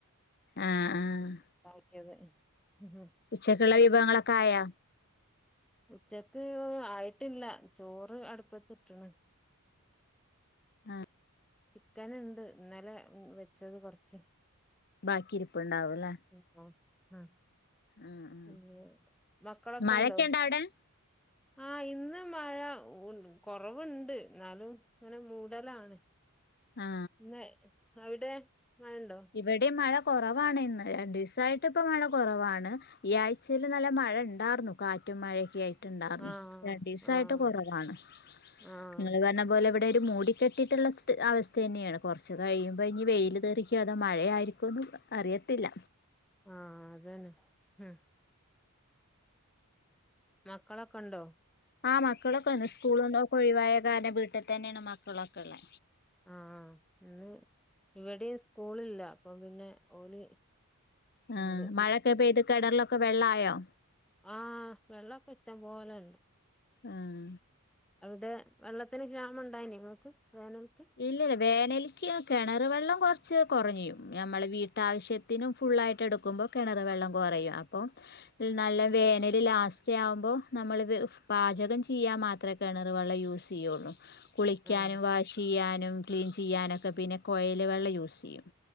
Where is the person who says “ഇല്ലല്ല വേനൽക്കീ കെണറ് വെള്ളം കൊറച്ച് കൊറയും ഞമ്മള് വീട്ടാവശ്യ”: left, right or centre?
Left